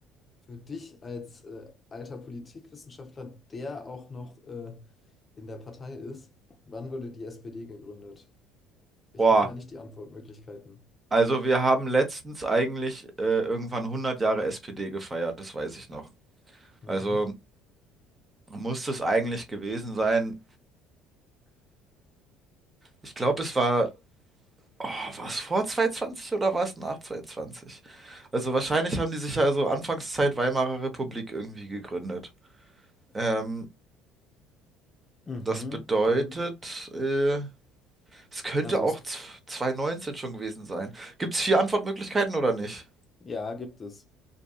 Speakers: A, on the left (about 30°); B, on the right (about 25°).
A: für dich als äh, alter Politikwissenschaftler, der auch noch äh, in der Partei ist, wann wurde die SPD gegründet? Ich
B: Boah,
A: gebe mal nicht die Antwortmöglichkeiten.
B: also wir haben letztens eigentlich äh, irgendwann 100 Jahre SPD gefeiert, das weiß ich noch.
A: Mhm.
B: Also muss das eigentlich gewesen sein. Ich glaube, es war, oh, war es vor 220 oder war es nach 220? Also wahrscheinlich haben die sich ja so Anfangszeit Weimarer Republik irgendwie gegründet. Ähm,
A: Mhm,
B: das bedeutet,
A: kann.
B: äh, Es könnte
A: Also
B: auch
A: es,
B: z- 2019 schon gewesen sein. Gibt es vier Antwortmöglichkeiten oder nicht?
A: ja, gibt es.